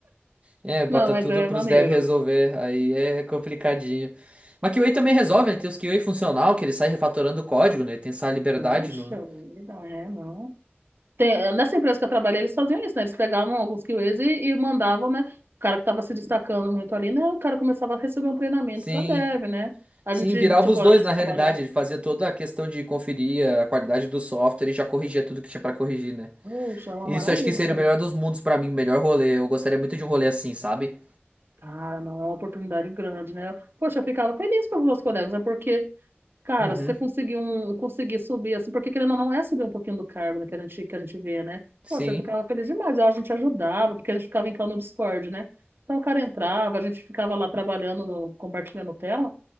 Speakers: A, on the right; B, on the right.
A: é, bota
B: Não, mas
A: tudo
B: é
A: pros
B: maneiro.
A: devs resolver, aí é complicadinho. Mas QA também resolve, né? Tem os QA funcional, que ele sai refatorando o código, né? Tem essa liberdade
B: puxa
A: no...
B: vida, é, não. Tem, eh, nessa empresa que eu trabalhei, eles faziam isso, né? Eles pegavam alguns QAs e, e mandavam, né? O cara que estava se destacando muito ali, né? O cara começava a receber um treinamento
A: Sim.
B: para dev, né? A
A: Sim,
B: gente,
A: virava
B: tipo,
A: os dois
B: a gente
A: na realidade.
B: trabalhava.
A: Ele fazia toda a questão de conferir a qualidade do software e já corrigia tudo que tinha pra corrigir, né?
B: puxa é uma
A: Isso
B: maravilha
A: acho que seria
B: isso aí.
A: o melhor dos mundos pra mim, o melhor rolê. Eu gostaria muito de um rolê assim, sabe?
B: Cara, não, é uma oportunidade grande, né? Poxa, eu ficava feliz pelos meus colegas, né? Porque Cara,
A: Uhum.
B: se você conseguir, um, conseguir subir, assim, porque querendo ou não, é subir um pouquinho do cargo, né, que a gente, que a gente vê, né?
A: Sim,
B: Poxa, eu ficava feliz demais, ó, a gente ajudava, porque a gente ficava em call no Discord, né? Então o cara entrava, a gente ficava lá trabalhando, no- compartilhando tela,